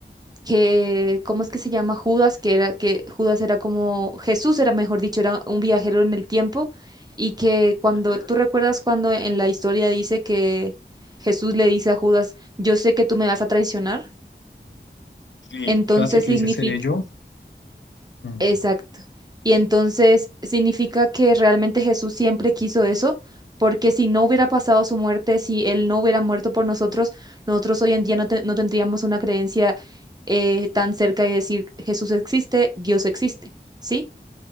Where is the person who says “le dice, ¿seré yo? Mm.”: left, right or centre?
Left